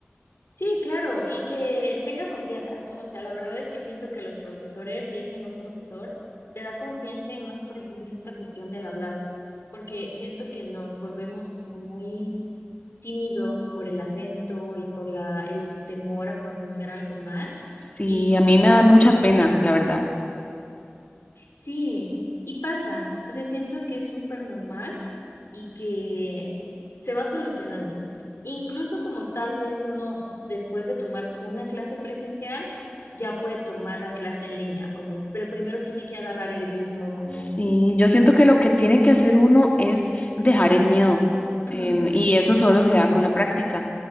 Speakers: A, on the left (about 75°); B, on the left (about 35°).
A: Sí, claro, y que tenga confianza, ¿no? O sea, la verdad es que siento que los profesores, si es un buen profesor, te da confianza y más, por ejemplo, en esta cuestión del hablarlo, porque siento que nos volvemos como muy tímidos por el acento y por la, el temor a pronunciar algo mal.
B: Sí,
A: Y
B: a mí
A: pues
B: me
A: ay,
B: da mucha pena, la verdad.
A: sí, y pasa. O sea, siento que es súper normal y que se va solucionando. Incluso como tal vez uno, después de tomar una clase presencial, ya puede tomar la clase en línea, como, pero primero tiene que agarrar el ritmo, como,
B: Sí, yo siento que lo que tiene que hacer uno es dejar el miedo.
A: ujú,
B: em, y eso solo se da con la práctica.